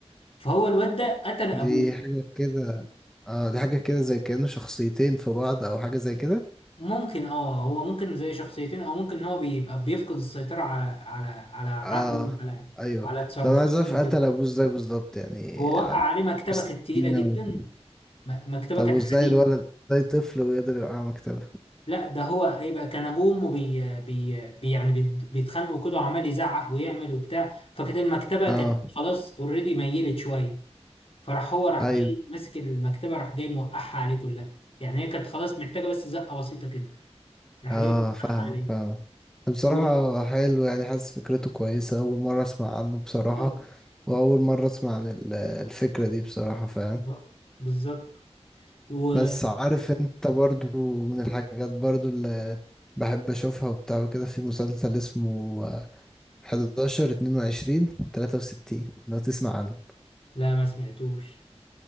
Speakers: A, on the left; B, in the centre.
A: فهو الواد ده قتل ابوه
B: دي حاجة كده اه دي حاجة كده زي كأنه شخصيتين في بعض او حاجة زي كده
A: ممكن اه هو ممكن زي شخصيتين او ممكن ان هو بيبقى بيفقد السيطره على على على عقله
B: اه
A: وعلى
B: ايوه
A: على تصرفاته
B: طب انا عايز اعرف
A: وكده
B: قتل ابوه ازاي بالظبط يعني
A: هو وقع
B: عب-
A: عليه مكتبه
B: بالسكينة
A: كانت تقيله جدا
B: و...
A: م- مكتبه
B: طب
A: كانت
B: وازاي
A: حديد
B: الولد ازاي طفل ويقدر يوقع مكتبه
A: لا ده هو ايه بقى كان ابوه وامه بي بي بي يعني بيت- بيتخانقوا كده وعمال يزعق ويعمل وبتاع فكانت المكتبه
B: اه
A: كانت خلاص اوريدي ميلت شويه فراح هو راح
B: ايوه
A: جاي ماسك المكتبه راح جاي موقعها عليه كلها يعني هي كانت خلاص محتاجه بس زقه بسيطه كده راح
B: اه
A: جاي موقعها
B: فاهمك
A: عليه
B: فاهمك بصراحة
A: و...
B: حلو يعني حاسس فكرته كويسة أول مرة أسمع عنه بصراحة
A: آه،
B: وأول مرة أسمع عن ال- الفكرة دي بصراحة فاهم
A: آه، بالظبط و...
B: بس عارف انت برضو من الحاجات برضو اللي بحب اشوفها وبتاع وكده في مسلسل اسمه 11 22 63 لو تسمع عنه
A: لا ما سمعتوش